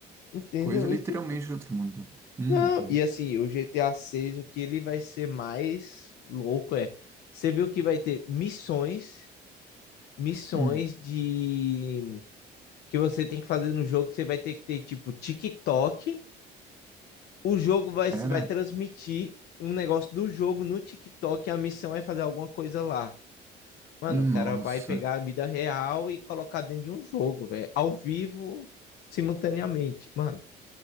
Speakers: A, on the left (about 75°); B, on the right (about 15°).
A: Entendeu?
B: Coisa literalmente
A: E tipo,
B: de outro mundo. Uhum.
A: não, e assim, o GTA 6, o que ele vai ser mais louco é, você viu que vai ter missões, missões
B: Hum.
A: de que você tem que fazer no jogo, que você vai ter que ter tipo TikTok, o jogo vai
B: Era?
A: vai transmitir um negócio do jogo no TikTok, e a missão é fazer alguma coisa lá. Mano,
B: Nossa,
A: o cara vai pegar a vida real e colocar dentro de um jogo, velho. Ao vivo, simultaneamente. Mano,